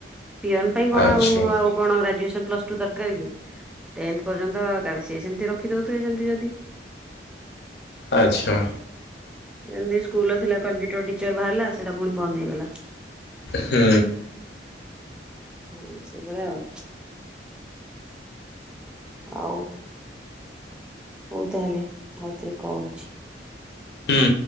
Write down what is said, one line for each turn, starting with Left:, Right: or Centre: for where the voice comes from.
Centre: ପିଅନ ପାଇଁ କଣ
Left: ଆଚ୍ଛା
Centre: ଆଉ ଆଉ କଣ ଗ୍ରାଜୁଏସନ ପ୍ଲସ୍ ଟୁ ଦରକାର କି, ଟେନ୍ଥ ପର୍ଯ୍ୟନ୍ତି କାଫି ସିଏ ସେମତି ରଖି ଦଉଥିବେ ସେମତି ଯଦି।
Left: ଆଚ୍ଛା।
Centre: ସେମତି ସ୍କୁଲର ଥିଲା କମ୍ପ୍ୟୁଟର ଟିଚର ବାହାରିଲା ସେଟା ପୁଣି ବନ୍ଦ ହେଇଗଲା।
Left: ହୁଁ।
Centre: ହୁଁ ସେଇଭଳିଆ ଆଉ। ଆଉ। ହଉ ତାହେଲେ ଆଉଥରେ କହୁଛି।
Left: ହୁଁ।